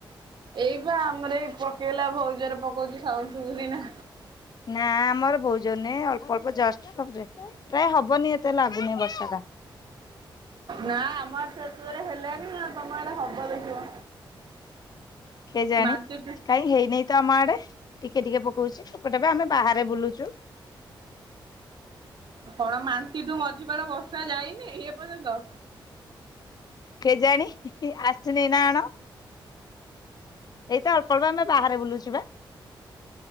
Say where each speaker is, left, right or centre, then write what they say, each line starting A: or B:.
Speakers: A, on the right; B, on the left.
A: ଏଇ ବା ଆମର ଏଇ ପକେଇଲା ବହୁତ ଜୋରରେ ପକଉଛି ସାଉଣ୍ଡ ଶୁଭୁଛି ନା?
B: ନା ଆମର ବହୁତ ଜନେ ଅଳ୍ପ ଅଳ୍ପ ଜଷ୍ଟବରେ ପ୍ରାୟ ହବନି ଏତେ ଲାଗୁନି ବର୍ଷା ସେଟା।
A: ନା ଆମର ସେତୁରେ ହେଲେଣି ନା ତମ ଏଡ ହବ ଦେଖିବ।
B: କେଜାଣି
A: ମାନ୍ତିଠୁ
B: କାଇଁ ହେଇନାଇ ତ ଆମ ଆଡେ ଟିକେ ଟିକେ ପକଉଛି ସେପଟେ ବି ଆମେ ବାହାରେ ବୁଲୁଛୁ।
A: କଣ ମାଁନ୍ତିତୁ ମଝିବାର ବର୍ଷା ଯାଇନି ଏ ପର୍ଯ୍ୟନ୍ତ।
B: କେଜାଣୀ ଆସନି ନା ଆଣ। ଏଇତ ଅଳ୍ପ ଅଳ୍ପ ଆମେ ବାହାରେ ବୁଲୁଛ ବା।